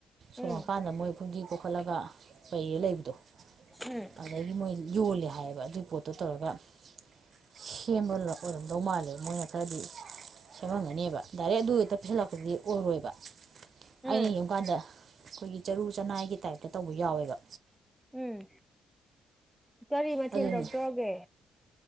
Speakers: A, in the centre; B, on the right (about 55°).
A: ꯎꯝ
B: ꯁꯣꯔ ꯃꯄꯥꯟꯗ ꯃꯣꯏ ꯐꯨꯝꯖꯤ ꯀꯣꯛꯈꯠꯂꯒ ꯀꯩꯌꯦ ꯂꯩꯕꯗꯣ
A: ꯎꯝ
B: ꯑꯗꯒꯤ ꯃꯣꯏ ꯌꯣꯜꯂꯦ ꯍꯥꯏꯌꯦꯕ ꯑꯗꯨꯒꯤ ꯄꯣꯠꯇꯣ ꯇꯧꯔꯒ ꯁꯦꯝꯕ ꯑꯣꯏꯔꯝꯗꯧ ꯃꯥꯜꯂꯦ ꯃꯣꯏꯅ ꯈꯔꯗꯤ ꯁꯦꯝꯃꯝꯒꯅꯦꯕ ꯗꯥꯏꯔꯦꯛ ꯑꯗꯨ ꯍꯦꯛꯇ ꯄꯩꯁꯤꯜꯂꯛꯄꯗꯨꯗꯤ ꯑꯣꯏꯔꯣꯏꯕ
A: ꯎꯝ
B: ꯑꯩꯅ ꯌꯦ ꯑꯗꯨꯀꯥꯟꯗ ꯑꯩꯈꯣꯏꯒꯤ ꯆꯔꯨ ꯆꯅꯥꯏꯒꯤ ꯇꯥꯏꯞꯇ ꯇꯧꯕ ꯌꯥꯎꯋꯦꯕ
A: ꯎꯝ ꯀꯔꯤ ꯃꯊꯦꯜ
B: ꯑꯗꯨꯅꯤ
A: ꯇꯧ ꯇ꯭ꯔꯣꯒꯦ